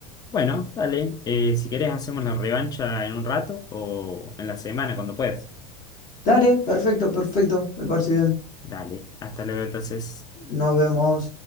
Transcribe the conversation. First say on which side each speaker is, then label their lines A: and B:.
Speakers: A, on the left; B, on the left.
A: Bueno, dale. Eh, si querés, hacemos la revancha en un rato o en la semana, cuando puedas.
B: Dale, perfecto, perfecto. Me parece bien.
A: Dale, hasta luego entonces.
B: Nos vemos.